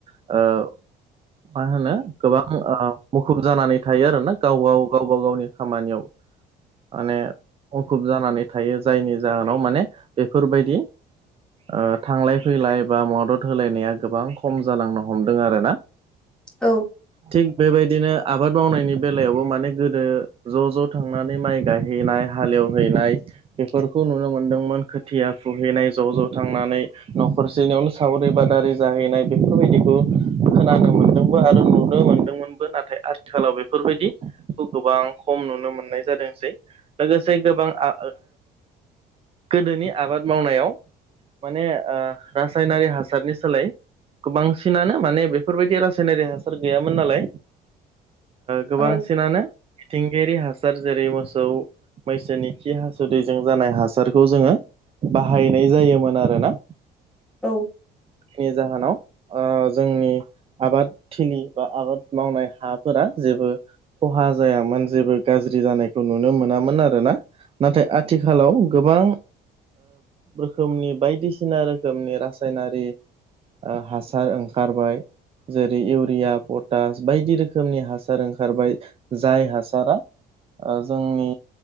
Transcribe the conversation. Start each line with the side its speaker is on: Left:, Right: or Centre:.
Right: ओ मा होनो गोबां ओ मुखुब जानानै थायो आरो ना गाव गाव गावबा गावनि खामानियाव माने मुखुब जानानै थायो जायनि जाहोनाव माने बेफोरबायदि ओ थांलाय फैलाय बा मदद होलायनाया गोबां खम जालांनो हमदों आरोना
Centre: औ
Right: थिग बेबायदिनो आबाद मावनायनि बेलायावबो माने गोदो ज' ज' थांनानै माइ गायहैनाय हालेवहैनाय बेफोरखौ नुनो मोन्दोंमोन खोथिया फुहैनाय ज' ज' थांनानै न'खरसेनियावनो सावरि बादालि जाहैनाय बेफोरबायदिखौ खोनानो मोनो खौबो आरो नुनो मोनदोंमोनबो नाथाय आथिखालाव बेफोरबायदि खौ गोबां खम नुनो मोननाय जादोंसै लोगोसे गोबां आ गोदोनि आबाद मावनायाव माने ओ रासायनारि हासारनि सोलाय गोबांसिनानो माने बेफोरबायदि रासाय सनारि हासार गैयामोन नालाय गोबांसिनानो
Centre: औ
Right: थिंगायारि हासार जेरै मोसौ मैसोनि खि हासुदैजों जानाय हासारखौ जोङो बाहायनाय जायोमोन आरोना
Centre: औ
Right: नि जाहोनाव जोंनि आबाद थिलि बा आबाद मावनाय हाफोरा जेबो खहा जायामोन जेबो गाज्रि जानायखौ नुनो मोनामोन आरो ना। नाथाय आथिखालाव गोबां रोखोमनि बायदिसिना रोखोम रोखोमनि रासायनारि हासार ओंखारबाय जेरै इउरिया पटास बायदि रोखोमनि हासार ओंखारबाय जाय हासारा जोंनि